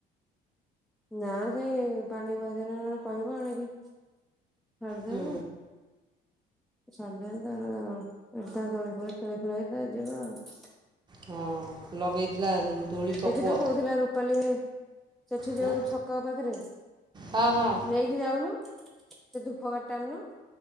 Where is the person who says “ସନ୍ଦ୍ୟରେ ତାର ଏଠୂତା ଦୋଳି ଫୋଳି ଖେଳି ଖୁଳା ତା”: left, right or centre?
Centre